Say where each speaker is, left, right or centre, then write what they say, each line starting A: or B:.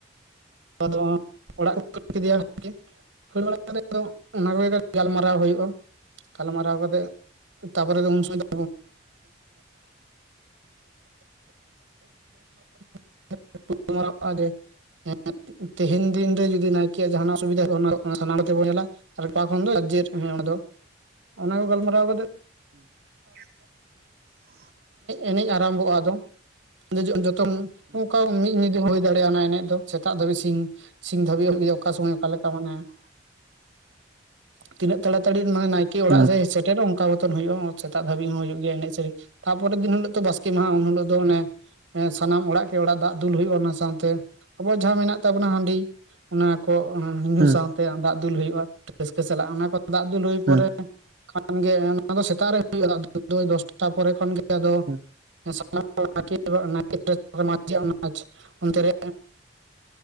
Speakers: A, on the right; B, on the right.
A: ᱟᱫᱚ ᱚᱲᱟᱜ ᱠᱚ ᱠᱷᱟᱹᱲ ᱠᱮᱫᱮᱭᱟ ᱟᱨᱠᱤ ᱠᱷᱟᱹᱲ ᱵᱟᱲᱟ ᱠᱟᱛᱮ ᱫᱚ ᱚᱱᱟ ᱠᱚᱜᱮ ᱜᱟᱞᱢᱟᱨᱟᱣ ᱦᱩᱭᱩᱜᱼᱟ ᱾ ᱜᱟᱞᱢᱟᱨᱟᱣ ᱠᱟᱛᱮᱫ ᱛᱟᱨᱯᱚᱨᱮ ᱫᱚ ᱩᱱ ᱥᱚᱢᱚᱭ ᱫᱚ <unintelligible> ᱟᱨᱟᱨ ᱜᱮ <unintelligible> ᱛᱮᱦᱮᱧ ᱫᱤᱱ ᱨᱮ ᱡᱩᱫᱤ ᱱᱟᱭᱠᱮᱭᱟᱜ ᱡᱟᱦᱟᱱᱟᱜ ᱚᱥᱩᱵᱤᱫᱷᱟ ᱦᱩᱭᱩᱜᱼᱟ ᱚᱱᱟ ᱥᱟᱱᱟᱢ ᱛᱮᱵᱚᱱ ᱧᱮᱞᱟ ᱾ ᱟᱨ ᱚᱠᱟ ᱠᱷᱚᱱ ᱫᱚ ᱡᱟᱨᱡᱮᱨ ᱦᱮᱸ ᱚᱸᱰᱮ ᱫᱚ ᱚᱱᱟ ᱠᱚ ᱜᱟᱞᱢᱟᱨᱟᱣ ᱠᱟᱛᱮ
B: <inaudible>
A: ᱮᱱᱮᱡ ᱟᱨᱟᱢᱵᱷᱚᱜᱼᱟ ᱟᱫᱚ ᱾ ᱡᱚᱛᱚᱱ ᱚᱱᱠᱟ ᱢᱤᱫ ᱧᱤᱫᱟᱹ ᱦᱩᱭ ᱫᱟᱲᱮᱭᱟᱜᱼᱟ ᱚᱱᱟ ᱮᱱᱮᱡ ᱫᱚ ᱥᱮᱛᱟᱜ ᱫᱷᱟᱹᱵᱤᱡ ᱥᱤᱧ ᱥᱤᱧ ᱫᱷᱟᱹᱵᱤᱡ ᱜᱮ ᱚᱠᱟ ᱥᱚᱢᱚᱭ ᱚᱠᱟᱞᱮᱠᱟ ᱢᱟᱱᱮ
B: <inaudible>
A: ᱛᱤᱱᱟᱹᱜ ᱛᱟᱲᱟ ᱛᱟᱹᱲᱤ ᱢᱟᱱᱮ ᱱᱟᱭᱠᱮ ᱚᱲᱟᱜ
B: ᱦᱩᱸ
A: ᱥᱮᱫ ᱥᱮᱴᱮᱨᱚᱜ ᱚᱱᱠᱟ ᱢᱚᱛᱚᱱ ᱦᱩᱭᱩᱜᱼᱟ ᱾ ᱥᱮᱛᱟᱜ ᱫᱷᱟᱹᱵᱤᱡ ᱦᱚᱸ ᱦᱩᱭᱩᱜ ᱜᱮᱭᱟ ᱮᱱᱮᱡ ᱥᱮᱨᱮᱧ ᱛᱟᱯᱚᱨᱮ ᱫᱤᱱ ᱦᱤᱞᱚᱜ ᱫᱚ ᱵᱟᱥᱠᱮ ᱢᱟᱦᱟ ᱩᱱ ᱦᱤᱞᱚᱜ ᱫᱚ ᱚᱱᱮ ᱥᱟᱱᱟᱢ ᱚᱲᱟᱜ ᱠᱮ ᱚᱲᱟᱜ ᱫᱟᱜ ᱫᱩᱞ ᱦᱩᱭᱩᱜᱼᱟ᱾ ᱚᱱᱟ ᱥᱟᱶᱛᱮ ᱟᱵᱚ ᱡᱟᱦᱟᱸ ᱢᱮᱱᱟᱜ ᱛᱟᱵᱚᱱᱟ ᱦᱟᱺᱰᱤ ᱚᱱᱟ ᱠᱚ ᱧᱩᱸ
B: ᱦᱩᱸ ᱦᱩᱸ
A: ᱥᱟᱶᱛᱮ ᱫᱟᱜ ᱫᱩᱞ ᱦᱩᱭᱩᱜᱼᱟ ᱾ ᱨᱟᱹᱥᱠᱟᱹ ᱥᱟᱞᱟᱜ ᱚᱱᱟ ᱠᱚ ᱫᱟᱜ ᱫᱩᱞ ᱦᱩᱭ
B: ᱦᱩᱸ
A: ᱯᱚᱨᱮ ᱠᱷᱟᱱ ᱜᱮ ᱚᱱᱟ ᱫᱚ ᱥᱮᱛᱟᱜ ᱨᱮ ᱦᱩᱭᱩᱜᱼᱟ ᱫᱟᱜ ᱫᱩᱞ ᱫᱚ ᱫᱚᱥᱴᱟ ᱯᱚᱨᱮ ᱠᱷᱚᱱᱜᱮ ᱟᱫᱚ
B: ᱦᱩᱸ
A: ᱟᱱᱟᱢ ᱱᱟᱠ ᱱᱟᱭᱠ <unintelligible> ᱚᱱᱛᱮᱨᱮ